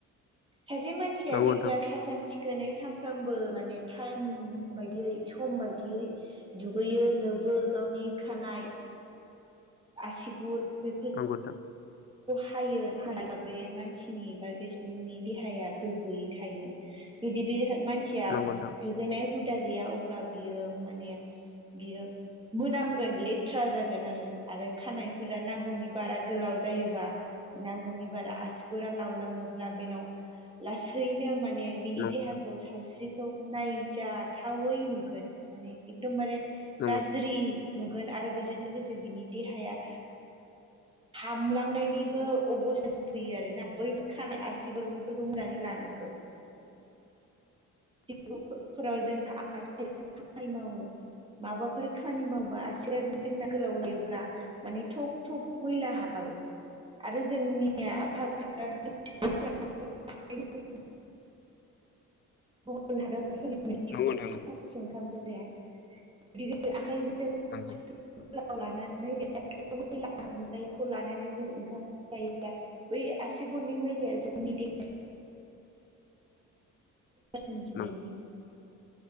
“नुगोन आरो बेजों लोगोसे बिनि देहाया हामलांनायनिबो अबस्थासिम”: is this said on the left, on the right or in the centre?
Right